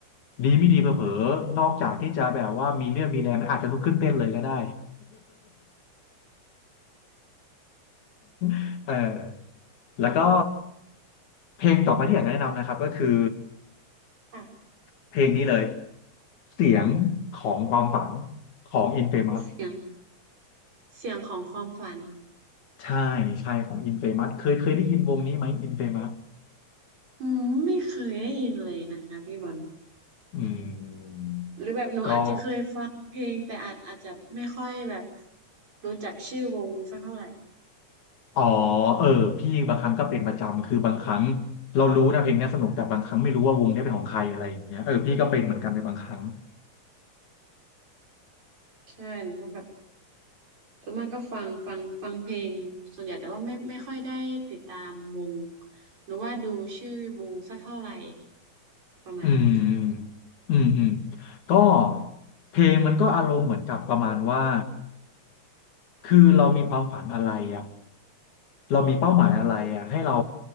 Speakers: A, on the left; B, on the right.
A: ดีไม่ดีเผลอๆนอกจากที่จะแบบว่ามีเรื่องมีแรงอาจจะลุกขึ้นเต้นเลยก็ได้ <laughs> เออแล้วก็เพลงต่อไปที่อยากจะแนะนำนะครับก็คือ
B: ค่ะ
A: เพลงนี้เลยเสียงของความฝันของ Infamous
B: เสียงเสียงของความฝัน
A: ใช่ใช่ของ Infamous เคยเคยได้ยินวงนี้ไหม Infamous
B: อืมไม่เคยได้ยินเลยนะคะพี่บอล
A: อืม
B: หรือแบบหนูอาจจะเคยฟังเพลงแต่อาจอาจจะไม่ค่อยแบบ
A: ก็
B: รู้จักชื่อวงสักเท่าไหร่
A: อ๋อเออพี่บางครั้งก็เป็นประจำคือบางครั้งเรารู้นะเพลงเนี้ยสนุกแต่บางครั้งไม่รู้ว่าวงเนี้ยเป็นของใครอะไรอย่างเงี้ยเออพี่ก็เป็นเหมือนกันในบางครั้ง
B: ใช่หนูก็แบบ ส่วนมากก็ฟังฟังฟังเพลงส่วนใหญ่แต่ว่าไม่ไม่ค่อยได้ติดตามวงหรือว่าดูชื่อวงสักเท่าไหร่ประมาณนี้ค่ะ
A: อืมอืมอืมก็เพลงมันก็อารมณ์เหมือนกับประมาณว่าคือเรามีความฝันอะไรอ่ะ เรามีเป้าหมายอะไรอ่ะให้เรา